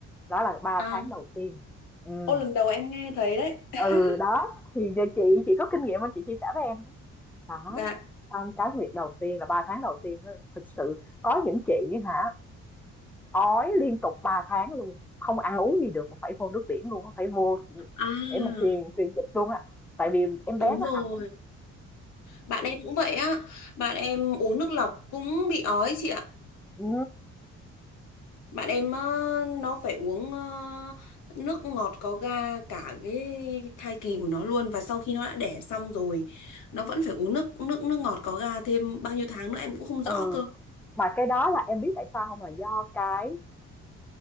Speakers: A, in the centre; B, on the left.
A: đó là ba
B: À,
A: tháng đầu tiên. Ừ.
B: ô lần đầu em nghe thấy đấy. <laughs>
A: ừ đó thì giờ chị chị có kinh nghiệm nên chị chia sẻ với em đó đó
B: Dạ.
A: xong cái việc đầu tiên là ba tháng đầu tiên á, thực sự có những chị hả ói liên tục 3 tháng luôn không ăn uống gì được phải vô nước biển luôn á, phải vô ừ,
B: À,
A: để mà truyền truyền dịch luôn á tại vì em bé
B: đúng
A: nó
B: rồi.
A: hành á
B: Bạn em cũng vậy á. Bạn em uống nước lọc cũng bị ói chị ạ.
A: ừ.
B: Bạn em ờ, nó phải uống ờ, nước ngọt có ga cả cái thai kỳ của nó luôn và sau khi nó đã đẻ xong rồi nó vẫn phải uống nước nước nước ngọt có ga thêm bao nhiêu tháng nữa em cũng không rõ
A: ừ
B: cơ.
A: mà cái đó là em biết tại sao không là do cái